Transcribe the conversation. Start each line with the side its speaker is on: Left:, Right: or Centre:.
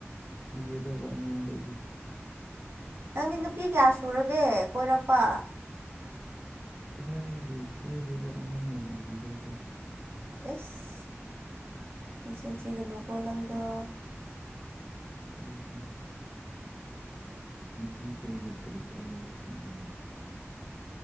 Left: ꯏꯌ‌ꯦꯗ‌ꯣ ꯋꯥ ꯉꯥꯡꯕꯒꯤ
Right: ꯅꯪꯗꯤ ꯅꯨꯄꯤ ꯀꯌꯥ ꯁꯨꯔꯒꯦ ꯀꯣꯏꯔꯛꯄ
Left: ꯀꯗꯥꯏꯗꯒꯤ ꯀꯣꯏꯗꯦꯗ ꯑꯉꯥꯡ ꯌꯥꯝ ꯑꯣꯏꯔꯤꯗ ꯑꯩꯈꯣꯏ
Right: ꯑꯁ ꯅꯆꯤꯟ ꯊꯤꯒꯅꯨꯀꯣ ꯅꯪꯗ‌ꯣ
Left: ꯀꯔꯤꯒꯤ ꯅꯨꯄꯤ ꯀꯣꯏꯔꯒ ꯀꯔꯤ ꯀꯥꯟꯅꯕ ꯐꯪꯒꯦꯅꯦ